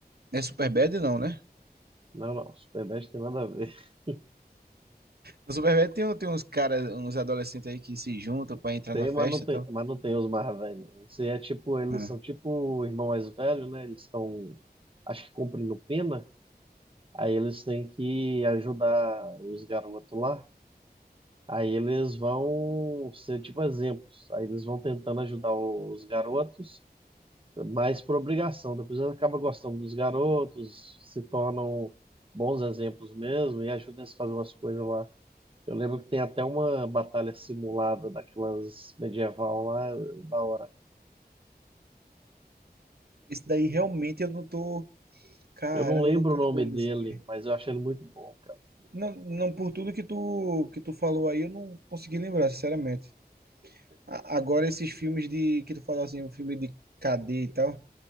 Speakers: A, on the right; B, on the right.
A: É Superbad, não, né?
B: Não, não, Superbad tem nada a ver. <laughs>
A: No Superbad tem, um- tem uns caras, uns adolescentes aí que se juntam pra entrar
B: Tem,
A: na festa
B: mas não tem,
A: e tal.
B: mas não tem os mais velhos. não. Esse é tipo, eles
A: Ah.
B: são tipo o irmão mais velho, né? Eles estão, acho que cumprindo pena. Aí eles têm que ajudar os garotos lá. Aí eles vão ser tipo exemplos. Aí eles vão tentando ajudar os garotos, mas por obrigação. Depois eles acabam gostando dos garotos, se tornam bons exemplos mesmo e ajudam eles a fazer umas coisas lá. Eu lembro que tem até uma batalha simulada daquelas medieval lá, da hora.
A: Esse daí realmente eu não tô. Caramba,
B: Eu não lembro
A: eu não tô
B: o nome
A: lembrando
B: dele,
A: disso aqui.
B: mas eu achei ele muito bom, cara.
A: Não, não por tudo que tu que tu falou aí, eu não consegui lembrar, sinceramente. A- Agora esses filmes de que tu falou assim, o filme de cadê e tal,